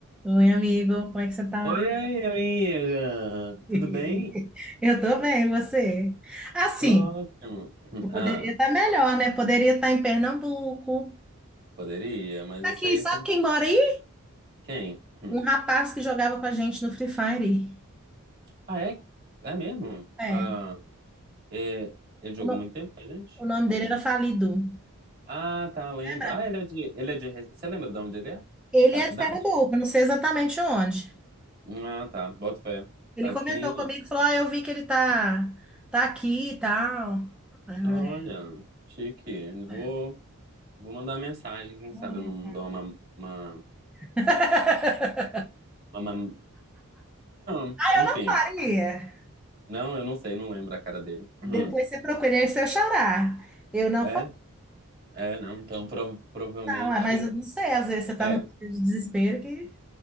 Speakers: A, in the centre; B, on the right.
A: Oi, amigo, como é que você tá?
B: Oi, aí, amiga!
A: <laughs>
B: Tudo bem?
A: Eu tô bem, e você? Assim,
B: Tô ótimo.
A: eu poderia
B: Ah,
A: estar melhor, né? Poderia estar em Pernambuco.
B: poderia, mas
A: Aqui,
B: isso aí
A: sabe
B: são
A: quem mora aí?
B: quem? Hum.
A: Um rapaz que jogava com a gente no Free Fire.
B: Ah, é? É mesmo?
A: É,
B: Ah, é- ele jogou
A: o, no-
B: muito tempo com a gente?
A: o nome
B: Hum.
A: dele era Falido.
B: Ah, tá, lembro.
A: Lembra?
B: Ah, ele é de, ele é de... Rece- Você lembra de onde ele é?
A: Ele
B: A
A: é
B: cidade?
A: de Pernambuco, não sei exatamente onde.
B: Hum, Ah, tá, boto fé.
A: Ele
B: Aqui,
A: comentou comigo, falou: Ah, eu vi que ele tá, tá aqui e tal. É,
B: olha, chique. Vou,
A: é.
B: vou mandar uma mensagem, quem
A: Manda
B: sabe
A: mensagem.
B: eu não dou uma, uma,
A: <laughs>
B: uma, uma, uma-
A: Ah,
B: enfim.
A: eu não faria.
B: Não, eu não sei, não lembro a cara dele.
A: Depois
B: <clears throat>
A: você procura, esse é o xará. Eu não
B: É,
A: falo,
B: é, não. Então, prov- provavelmente.
A: não, é, mas eu não sei, às vezes você está
B: É,
A: num dia de desespero que